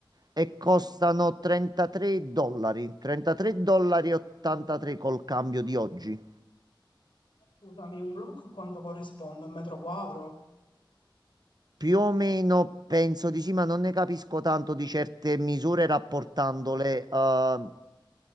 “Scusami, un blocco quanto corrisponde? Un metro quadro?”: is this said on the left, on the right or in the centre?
Left